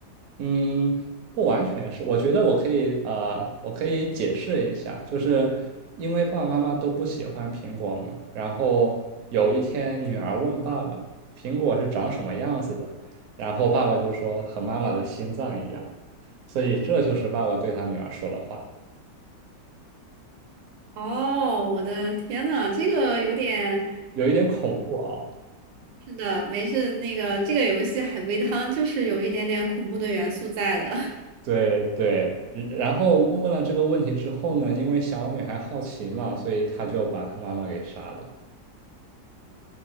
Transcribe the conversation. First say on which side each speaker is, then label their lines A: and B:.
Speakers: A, on the right; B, on the right.
A: 嗯，不完全是，我觉得我可以，呃，我可以解释一下，就是因为爸爸妈妈都不喜欢苹果嘛，然后有一天女儿问爸爸，苹果是长什么样子的，然后爸爸就说和妈妈的心脏一样，所以这就是爸爸对他女儿说的话，
B: 哦，我的天呐，这个有点，
A: 有一点恐怖啊，
B: 是的，没事，那个这个游戏海龟汤就是有一点点恐怖的元素在的。<laughs>
A: 对对，嗯然后问问了这个问题之后呢，因为小女孩好奇嘛，所以她就把她妈妈给杀了。